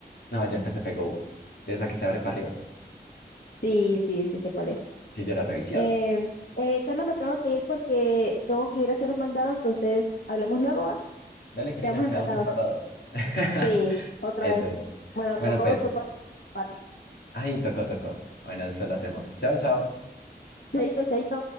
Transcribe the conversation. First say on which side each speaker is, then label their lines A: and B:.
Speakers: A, on the left (about 80°); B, on the left (about 65°).
A: No, yo en PSP Go. De esa que se abre para arriba.
B: Sí, sí, sí, sé cuál es.
A: Sí, yo era reviciado.
B: Eh, eh, Carlos, me tengo que ir porque tengo que ir a hacer un mandado, entonces hablamos luego, ¿va?
A: Dale, Karina,
B: Quedamos
A: quedamos
B: empatados.
A: empatados. <laughs>
B: Sí, otra
A: Eso
B: vez.
A: es.
B: Bueno,
A: Bueno,
B: tocó,
A: pues.
B: tocó el empate.
A: ahí tocó, tocó. Bueno, después lo hacemos. Chao, chao.
B: Chaito, chaito.